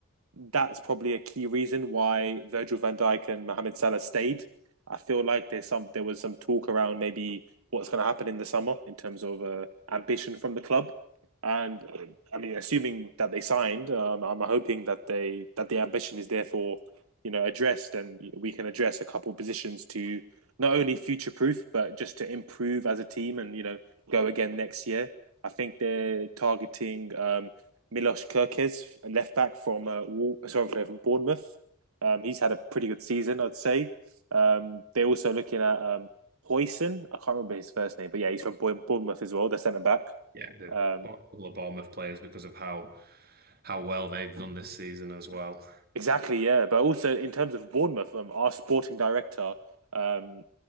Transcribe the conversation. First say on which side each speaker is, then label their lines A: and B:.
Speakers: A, on the right; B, on the right.
A: that's probably a key reason why Virgil van Dijk and Mohamed Salah stayed. I feel like there's some there was some talk around maybe what's going to happen in the summer in terms of uh, ambition from the club. And uh, I mean, assuming that they signed, um, I'm hoping that they that the ambition is therefore, you know, addressed, and we can address a couple of positions to not only future proof, but just to improve as a team and you know go again next year. I think they're targeting um, Milos Kirkes, a left back from uh, Wal- sorry from Bournemouth. Um, he's had a pretty good season, I'd say. Um, they're also looking at um, Hoyson. I can't remember his first name, but yeah, he's from Bournemouth as well. They're centre back.
B: yeah, the
A: Um,
B: Bo- couple of Bournemouth players because of how how well they've done this season as well.
A: exactly, yeah. But also in terms of Bournemouth, um, our sporting director, um,